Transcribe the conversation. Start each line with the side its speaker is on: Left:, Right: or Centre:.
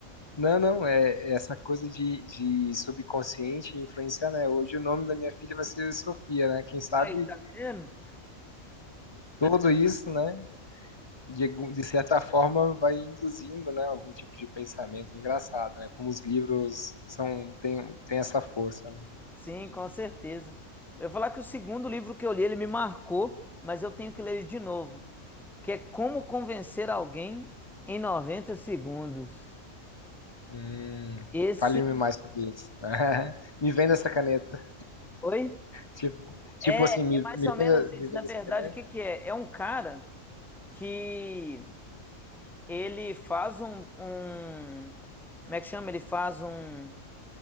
Left: Não, não, é é essa coisa de, de subconsciente influenciar, né? Hoje o nome da minha filha vai ser Sofia, né? Quem sabe
Centre: Aí, tá vendo?
Left: tudo isso, né? De, algum- de certa forma vai induzindo, né? Algum tipo de pensamento engraçado, né? Como os livros são, tem, tem essa força, né?
Centre: Sim, com certeza. Eu ia falar que o segundo livro que eu li, ele me marcou, mas eu tenho que ler ele de novo, que é Como Convencer Alguém em 90 Segundos.
Left: Hum,
Centre: Esse.
Left: fale-me mais sobre isso. <laughs> Me venda essa caneta.
Centre: Oi?
Left: Tipo, tipo
Centre: É,
Left: assim,
Centre: é
Left: me,
Centre: mais
Left: me
Centre: ou
Left: venda,
Centre: menos isso.
Left: me venda
Centre: Na verdade,
Left: essa caneta.
Centre: o que que é? É um cara que ele faz um, um- como é que chama? Ele faz um,